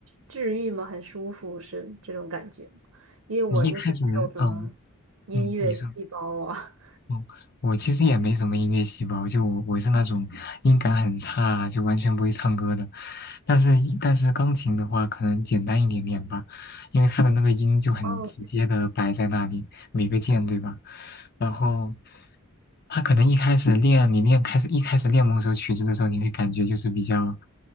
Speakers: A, on the right; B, on the left.
A: 治愈吗？很舒服是这种感觉吗因为我就是没有什么
B: 你一开始，嗯
A: 音乐细胞啊。
B: 嗯，你说。嗯，我其实也没什么音乐细胞，就我我是那种音感很差，就完全不会唱歌的。但是一但是钢琴的话，可能简单一点点吧，因为它的那个音就很直接的摆在那里，
A: <laughs> 哦。
B: 每个键，对吧？然后他可能一开始练，你练开始一开始练某首曲子的时候，你会感觉就是比较，